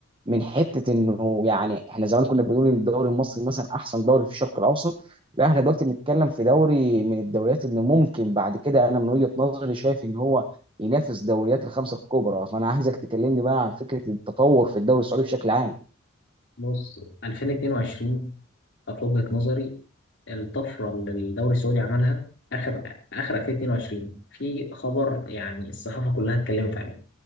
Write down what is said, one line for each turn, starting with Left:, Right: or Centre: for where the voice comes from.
Right: من حته انه يعني احنا زمان كنا بنقول ان الدوري المصري مثلا احسن دوري في الشرق الاوسط لا احنا دلوقتي بنتكلم في دوري من الدوريات اللي ممكن بعد كده انا من وجهه نظري شايف ان هو ينافس دوريات الخمسه الكبرى فانا عايزك تكلمني بقى عن فكره التطور في الدوري السعودي بشكل عام
Left: بص 2022 كانت وجهه نظري الطفره اللي الدوري السعودي عملها اخر اخر 2022 في خبر يعني الصحافه كلها اتكلمت عليه